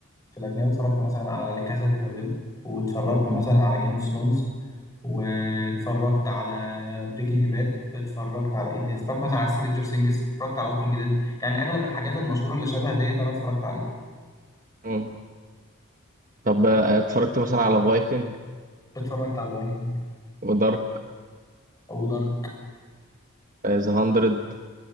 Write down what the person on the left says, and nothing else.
في الاجنبي اتفرجت مثلا على لا كاسا دي بابيل واتفرجت مثلا
على جيم اوف ثرونز واتفرجت على بريكنج باد اتفرجت على ايه تاني اتفرجت مثلا على سترينجر سينجز اتفرجت على ووكينج ديد يعني اغلب الحاجات المشهوره اللي شبه ديت انا اتفرجت عليها
اتفرجت على الفايكنج
او دارك